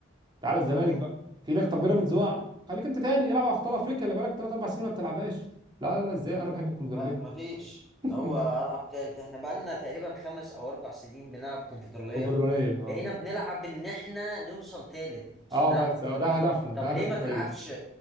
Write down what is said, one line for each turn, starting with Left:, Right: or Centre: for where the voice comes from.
Right: تعالى الزمالك
Centre: مم؟
Right: بقى في ايدك طب بيراميدز وقع خليك انت تاني العب ابطال افريقيا اللي بقالك ثلاث اربع سنين ما بتلعبهاش لا لا ازاي انا بحب الكونفدراليه
Centre: لا ما فيش
Right: <laughs>
Centre: هو العب تالت احنا بقالنا تقريبا خمس او اربع سنين بنلعب كونفدراليه
Right: الكونفدراليه اه
Centre: بقينا بنلعب ان احنا نوصل تالت عشان
Right: اه
Centre: نلعب
Right: بس
Centre: كونفدراليه
Right: آه، ده هدفنا
Centre: طب
Right: ده هدف
Centre: ليه ما
Right: الفريق
Centre: تلعبش